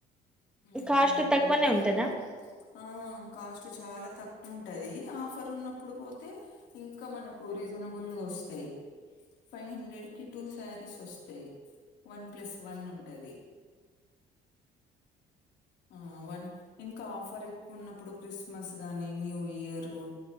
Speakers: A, on the left; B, in the centre.
A: ఉమ్
B: కాస్ట్
A: ట్రైన్
B: తక్కువనే
A: కెళ్ళి
B: ఉంటదా
A: ఆ కాస్ట్ చాలా తక్కువ ఉంటది ఆఫర్ ఉన్నప్పుడు పోతే ఇంకా మనకు రీజనబుల్ ఒ స్తయ్ ఫైవ్ హండ్రెడ్ కి టూ సారీస్ వస్తయ్ వన్ ప్లస్ వన్ ఉంటది <inaudible> ఆ అవని ఇంకా ఆఫర్ ఎక్కు ఉన్నప్పుడు క్రిస్మస్ గాని న్యూ ఇయరు